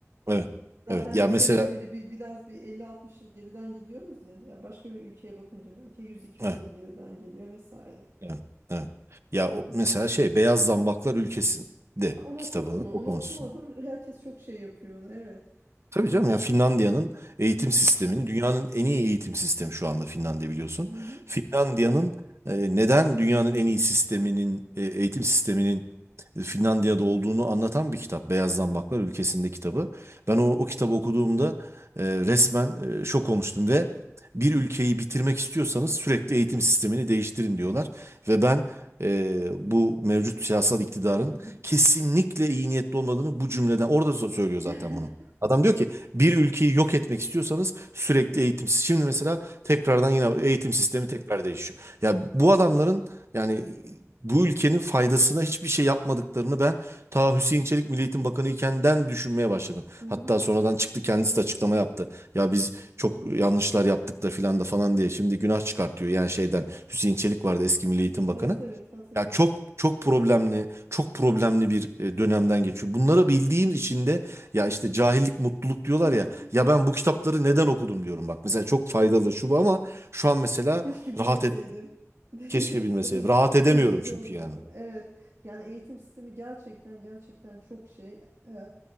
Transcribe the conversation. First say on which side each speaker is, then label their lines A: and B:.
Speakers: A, on the right; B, on the right.
A: Evet.
B: Zaten
A: Evet. Ya
B: biz
A: mesela
B: hep bir böyle bir biraz bir elli altmış yıl geriden gidiyoruz ya. Ya başka bir ülkeye bakınca belki yüz iki
A: evet.
B: yüz yıl geriden geliyor vesaire.
A: Evet, evet. Ya o, mesela şey Beyaz Zambaklar Ülkesi'nde
B: Ha, onu
A: kitabını
B: okudun mu? Onu
A: okumuşsun.
B: okumadım. Herkes çok şey yapıyor onu. Evet.
A: Tabii canım ya Finlandiya'nın eğitim
B: Hı hı.
A: sistemini dünyanın en iyi eğitim sistemi şu anda Finlandiya biliyorsun.
B: Hı hı.
A: Finlandiya'nın e, neden dünyanın en iyi sisteminin e, eğitim sisteminin e, Finlandiya'da olduğunu anlatan bir kitap. Beyaz Zambaklar Ülkesi'nde kitabı. Ben o, o kitabı okuduğumda e, resmen e, şok olmuştum ve bir ülkeyi bitirmek istiyorsanız sürekli eğitim sistemini değiştirin diyorlar. Ve ben e, bu mevcut siyasal iktidarın
B: Hı hı.
A: kesinlikle iyi niyetli olmadığını bu cümleden orada so- söylüyor zaten
B: <laughs>
A: bunu. Adam diyor ki bir ülkeyi yok etmek istiyorsanız sürekli eğitim. si-" Şimdi mesela tekrardan yine eğitim sistemi tekrar değişiyor. Ya bu adamların yani bu ülkenin faydasına hiçbir şey yapmadıklarını ben ta Hüseyin Çelik Milli Eğitim Bakanı ikenden düşünmeye başladım.
B: Hı
A: Hatta
B: hı.
A: sonradan çıktı kendisi de açıklama yaptı. Ya biz çok yanlışlar yaptık da filan da falan diye şimdi günah çıkartıyor. Yani şeyden Hüseyin Çelik vardı eski Milli Eğitim
B: Evet
A: Bakanı.
B: evet hatırlıyorum.
A: Ya çok çok problemli, çok problemli bir e, dönemden geçiyor. Bunları bildiğim için de ya işte cahillik mutluluk diyorlar
B: <laughs>
A: ya. Ya ben bu kitapları neden okudum diyorum bak. Mesela çok faydalı şu bu ama şu an mesela
B: Keşke bilmeseydim.
A: rahat ed
B: <laughs>
A: keşke
B: İşte
A: bilmeseydim.
B: huz,
A: Rahat edemiyorum
B: huzurlu
A: çünkü
B: olurdum.
A: yani.
B: Evet. Yani eğitim sistemi gerçekten gerçekten çok şey. Eee,